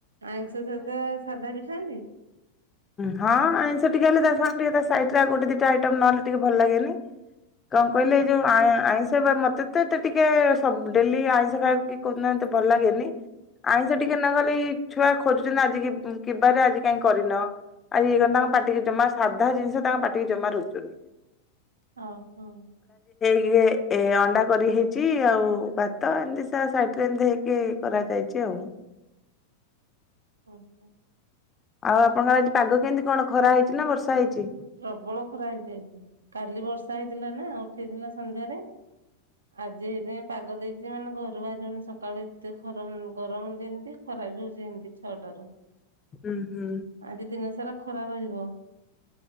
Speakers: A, on the right; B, on the left.
A: ଆଇଁଷ ସହିତ ସାଧା ବି ଖାଇବେ?
B: ହଁ ଆଇଁଷ ଟିକେ ହେଲେ ତା ସାଙ୍ଗ ଟିକେ ଗୋଟେ ଦିଟା ଆଇଟମ୍ ନହେଲେ ଟିକେ ଭଲ ଲାଗେନି। କଣ କହିଲେ ଏଇ ଯୋଉ ଆ ଆଇଁଷ ବାର ମତେ ତ ଏତେ ଟିକେ ସ ଡେଲି ଆଇଁଷ ଖାଇବାକୁ କୋଉ ଦିନ ଏମିତି ଏତେ ଭଲ ଲାଗେନି। ଆଇଁଷ ଟିକେ ନଗଲେ ଏଇ ଛୁଆ ଖୋଜୁଛନ୍ତି ଆଜି କିିବାରେ ଆଜି କାହିଁ କରିନ। ଆଜି ଇଏ କରିନ ତାଙ୍କ ପାଟିକି ଜମା ସାଧା ଜିନିଷ ତାଙ୍କ ପାଟିିକି ଜମା ରୁଚୁନି।
A: ଓହୋ।
B: କିଏ ଏ ଅଣ୍ଡା କରି ହେଇଛି ଆଉ ଭାତ ଏମିତି ସାଇଡ ରେ ଏମତି ହେଇକି କରାଯାଇଛି। ହଉ।
A: ଓ ହୋ।
B: ଆଉ ଆପଣଙ୍କର ଆଜି ପାଗ କେମିତି କଣ ଖରା ହେଇଛି ନା ବର୍ଷା ହେଇଛି।
A: ପ୍ରବଳ ଖରା ହେଇଯାଇଛି କାଲି ବର୍ଷା ହେଇଥିଲା ନା ଉଠେଇଥିଲା ସନ୍ଧ୍ୟାରେ। ଆଜି ଏଇ ପାଗ ଦେଇଛି ମାନେ ଘରୁ ବାହାର ସକାଳୁ ଏତେ ଖରା। ଗରମ ଗରମ ଯେମିତି ଖରା ବି ହଉଛି ଏମିତି ଛଅଟ ରୁ।
B: ହୁଁ ହୁଁ।
A: ଆଜି ଦିନ ସାରା ଖରା ରହିବ।